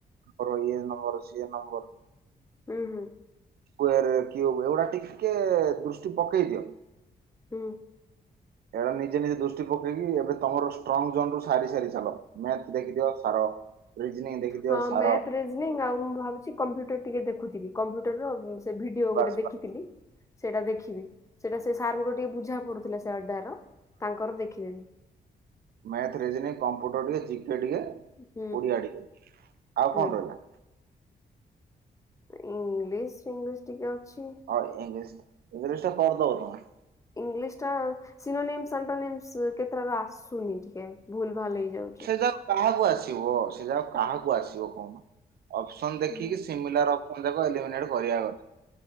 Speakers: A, on the right (about 70°); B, on the left (about 20°).
A: କର ଇଏ ନମ୍ବର ସିଏ ନମ୍ବର।
B: ହୁଁ ହୁଁ।
A: ସ୍କୁୟାର କ୍ୟୁବ ଏଇଗୁଡା ଟିକେ ଦୃଷ୍ଟି ପକେଇ ଦିଅ।
B: ହୁଁ।
A: ଏବେ ନିଜେ ନିଜେ ଦୃଷ୍ଟି ପକେଇକି ଏବେ ତମର ଷ୍ଟ୍ରଙ୍ଗ ଜୋନ ରୁ ସାରି ସାରି ଚାଲ। ମ୍ୟାଥ ଦେଖିଦିଅ ସାର। ରିଜନିଂ ଦେଖିଦିଅ
B: ହଁ
A: ସାର
B: ମ୍ୟାଥ, ରେଜିନିଂ ଆଉ ମୁଁ ଭାବୁଚି କମ୍ପ୍ୟୁଟର ଟିକେ ଦେଖୁଥିବି କମ୍ପ୍ୟୁଟରର ଉଁ ସେ ଭିଡିଓ
A: ବାସ୍
B: ଗୋଟେ ଦେଖିଥିଲି।
A: ବାସ୍
B: ସେଇଟା ଦେଖିବି। ସେଇଟା ସେ ସାର୍ ଙ୍କ ଟିକେ ବୁଝା ପଡୁଥିଲା ସେ ଅଡାର ର ତାଙ୍କର ଦେଖିବି।
A: ମ୍ୟାଥ, ରିଜନିଂ, କମ୍ପ୍ୟୁଟର ଟିକେ, ଜିକେ ଟିକେ,
B: ହୁଁ
A: ଓଡ଼ିଆ ଟିକେ। ଆଉ
B: ହୁଁ
A: କଣ ରହିଲା?
B: ଇଂଲିଶ ଫିଙ୍ଗିଲିସି ଟିକେ ଅଛି।
A: ଆଉ ଇଂଲିସ ଇଂଲିସ ଟା କରଦବ ତମେ।
B: ଇଂଲିଶ ଟା ସିନୋନେମସ୍ ସନ୍ଟୋନେମସ୍ କେତେଟା ରା ଆସୁନି। ଏ ଭୁଲ ଭାଲ ହେଇଯାଉଚି।
A: ଯେ କାହାକୁ ଆସିବ ସେ ଯା କାହାକୁ ଆସିବ କଣ? ଅପସନ ଦେଖିକି
B: ହୁଁ
A: ସିମିଲାର ଅପ୍ ମୁଁ କହିଲି ତାକୁ ଏଲିମିଣ୍ଟେ କରିଆ କଥା।